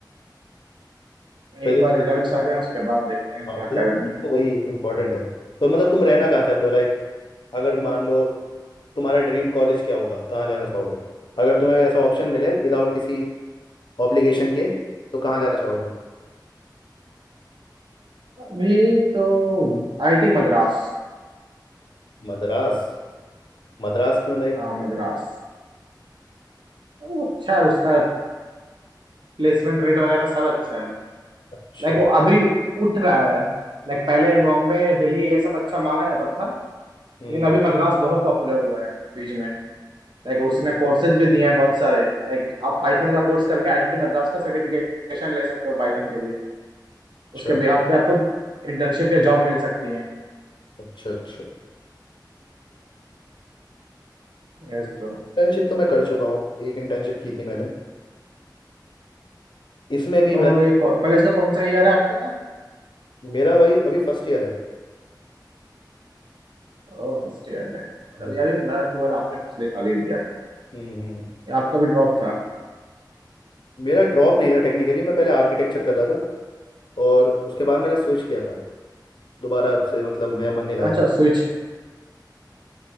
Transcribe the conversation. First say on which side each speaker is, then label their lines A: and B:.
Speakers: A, on the left (about 85°); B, on the right (about 80°).
A: फिजिक्स
B: एक बार रिजल्ट्स आ जाए उसके बाद देखते हैं
A: हाँ,
B: क्या
A: physics
B: करेंगे
A: तो वही इम्पोर्टेंट है तो मतलब तुम रहना कहाँ चाहते हो लाइक अगर मान लो तुम्हारा ड्रीम कॉलेज क्या होगा कहाँ जाना चाहोगे अगर तुम्हें ऐसा ऑप्शन मिले विदाउट किसी ऑब्लिगेशन के तो कहाँ जाना चाहोगे
B: अभी तो आईटी मद्रास
A: मद्रास मद्रास क्यों लाइक
B: हाँ मद्रास वो अच्छा है उसका प्लेसमेंट रेट वगैरह सब अच्छा है
A: अच्छा
B: लाइक वो अभी उठ रहा है लाइक पहले बॉम्बे दिल्ली ये सब अच्छा माना जाता था लेकिन
A: हम्म
B: अभी मद्रास बहुत पॉपुलर हुआ है बीच में लाइक उसने कोर्सेज भी दिए हैं बहुत सारे लाइक आप पाइथन का कोर्स करके आईआईटी मद्रास का सर्टिफिकेशन ले सकते हो पाइथन के लिए
A: अच्छा
B: उसके बिहाफ पे आपको इंटर्नशिप या जॉब मिल सकती है
A: अच्छा अच्छा
B: Yes bro
A: इंटर्नशिप तो मैं कर चुका हूँ एक इंटर्नशिप की थी मैंने इसमें भी
B: तो
A: like,
B: ये कॉलेज का कौन सा ईयर है आपका
A: मेरा भाई अभी फर्स्ट ईयर है
B: ओह फर्स्ट ईयर है मतलब
A: हम्म
B: ये अभी मेरा ट्वेल्व आपने पिछले साल ही दिया था
A: हम्म हम्म।
B: ये आपका भी ड्रॉप था
A: मेरा ड्रॉप नहीं था टेक्निकली मैं पहले आर्किटेक्चर कर रहा था और उसके बाद मैंने स्विच किया था दोबारा अब से मतलब मेरा मन नहीं लगा
B: अच्छा
A: था
B: स्विच